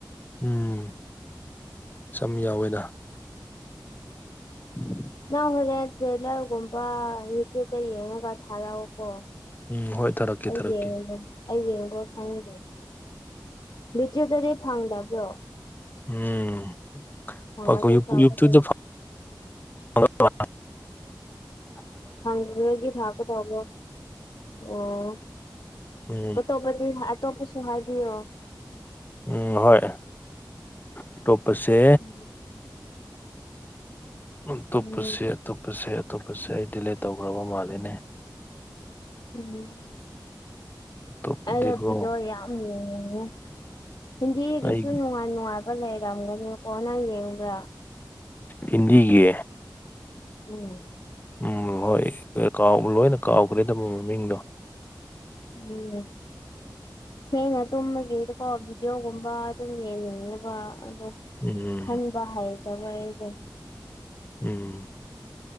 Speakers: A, on the left; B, on the left.
A: ꯎꯝ ꯁꯝ ꯌꯥꯎꯋꯦꯅ <inaudible>
B: ꯅꯪ ꯍꯣꯔꯦꯟ ꯇ꯭ꯔꯦꯂꯔꯒꯨꯝꯕ ꯌꯨꯇ꯭ꯌꯨꯕꯇ ꯌꯦꯡꯉꯒ ꯊꯥꯔꯛꯎꯀꯣ
A: ꯎꯝ ꯍꯣꯏ ꯊꯥꯔꯛꯀꯦ
B: ꯑꯩ
A: ꯊꯥꯔꯛꯀꯦ
B: ꯌꯦꯡꯉꯨꯕꯅꯦ ꯑꯩ ꯌꯦꯡꯕ ꯈꯪꯗꯦ ꯕꯤꯇ꯭ꯌꯨꯕꯇꯗꯤ ꯐꯪꯗꯕ꯭ꯔꯣ
A: ꯎꯝ
B: ꯐꯪꯉꯗꯤ
A: <unintelligible>
B: ꯐꯒꯗꯕ
A: ꯌꯨꯇ꯭ꯌꯨꯕ ꯇ ꯐꯪ <unintelligible>
B: ꯐꯪꯕꯤꯔꯗꯤ ꯐꯒꯗꯧꯕ ꯑꯣ
A: ꯎꯝ
B: ꯑꯇꯣꯞꯄꯗꯤ ꯑꯇꯣꯞꯄꯁꯨ ꯍꯥꯏꯕꯤꯌꯣ
A: ꯎꯝ ꯍꯣꯏ ꯑꯇꯣꯞꯄꯁꯦ
B: ꯎꯝ
A: ꯑꯇꯨꯞꯄꯁꯦ
B: ꯎꯝ
A: ꯑꯇꯨꯞ ꯄꯁꯦ ꯑꯇꯣꯞꯄꯁꯦ ꯑꯩ ꯗꯤꯂꯦꯠ ꯇꯧꯒ꯭ꯔꯕ ꯃꯥꯜꯂꯦꯅꯦ
B: <unintelligible>
A: ꯑꯇꯣꯞꯄꯗꯤꯀꯣ
B: ꯑꯩꯗꯣ ꯕꯤꯗꯤꯌꫭ ꯌꯥꯝ ꯌꯦꯡꯅꯤꯡꯉꯦ ꯍꯤꯟꯗꯤꯒꯤꯁꯨ
A: ꯑꯩ
B: ꯅꯨꯡꯉꯥꯏ ꯅꯨꯡꯉꯥꯏ ꯕ ꯂꯩꯔꯝꯒꯅꯤꯀꯣ ꯅꯪ ꯌꯦꯡꯕ꯭ꯔ
A: ꯍꯤꯟꯗꯤꯒꯤ
B: ꯎꯝ
A: ꯎꯝ ꯍꯣꯏ ꯂꯣꯏ ꯀꯥꯎ ꯂꯣꯏꯅ ꯀꯥꯎꯒ꯭ꯔꯦꯗ ꯃꯣꯏ ꯃꯃꯤꯡꯗꯣ
B: <unintelligible> ꯊꯦꯡꯅ ꯇꯨꯝꯕꯒꯤꯀꯣ ꯕꯤꯗꯤꯌꫭꯒꯨꯝꯕ ꯑꯗꯨꯝ ꯌꯦꯡꯅꯤꯡꯉꯦꯕ ꯑꯗꯣ
A: ꯎꯝ
B: <unintelligible> ꯍꯩꯇꯕ ꯑꯩꯗꫭ
A: ꯎꯝ